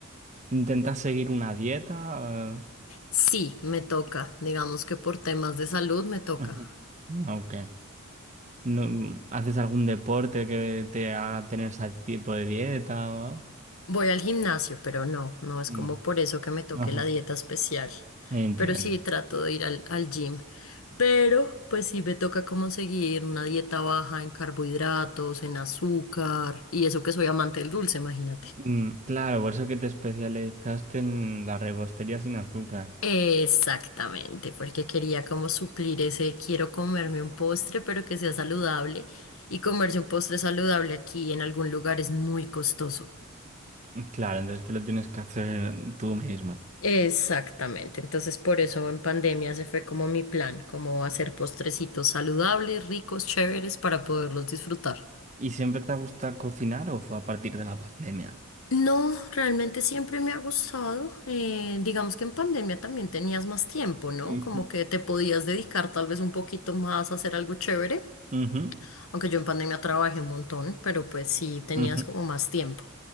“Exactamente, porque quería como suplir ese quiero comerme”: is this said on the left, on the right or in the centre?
Left